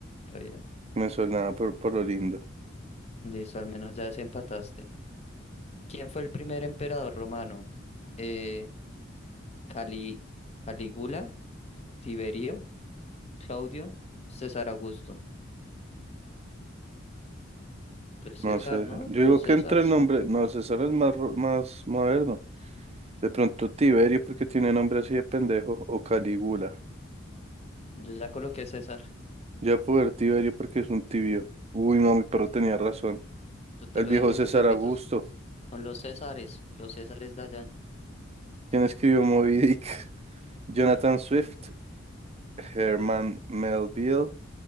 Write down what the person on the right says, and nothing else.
Me suena por, por lo lindo.
No
sé.
Yo digo
que
entre el nombre. No, César es más, ro- más moderno. De pronto Tiberio porque tiene nombre así de pendejo. O Calígula.
Ya puedo ver Tiberio porque es un tibio. Uy, no, mi perro tenía razón.
El
viejo
César
Augusto.
¿Quién escribió Moby Dick? <laughs> Jonathan Swift. Herman Melville.